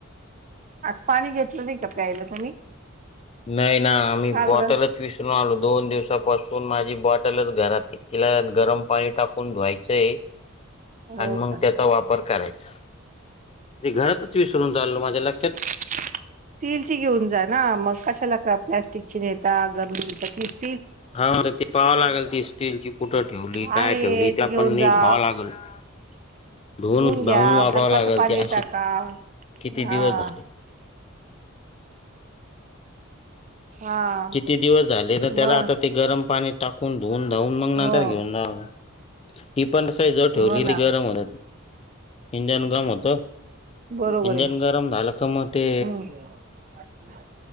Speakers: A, on the right; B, on the left.
A: आज पाणी घेतलं नाही का प्यायला तुम्ही?
B: अ नाही ना,, आम्ही
A: का
B: बॉटलच
A: बरं
B: विसरून आलो,, दोन दिवसापासून माझी बॉटलच घरातीलऽ तिला गरम पाणी टाकून धुवायचंयऽ
A: हो
B: आणि मग
A: का
B: त्याचा वापर करायचा,, ते घरातच विसरून चालल माझ्या लऽऽ
A: ते, स्टील ची घेऊन जा ना,, मग कशाला प्लॅस्टिकची नेता,, गर्दीता तीऽ
B: हा ते पाहावं लागल,,, दिसतील की कुठं ठेवली,
A: आहे
B: काय ठेवली, ते
A: ती घेऊन
B: पण नीट
A: जा
B: ह्हाव लागेलऽऽ ढोल
A: धुवून घ्या
B: धवून वापराव
A: बर्फाचं
B: लागल,
A: पाणी
B: ते अशे
A: टाका
B: किती
A: हा
B: दिवस झालेऽऽ
A: हा,
B: किती दिवस झाले ना, त्याला
A: मग
B: आता ते गरम पाणी टाकून धुवून धावून मग
A: हो
B: नंतर घेऊन जाऽ ती पण असय, जो ठेवली
A: हो
B: त
A: ना
B: गरम होत तीऽ इंजन गरम होत,,
A: बरोबर
B: इंजन
A: आहे
B: गरम झालंऽ का म ते,
A: हम्म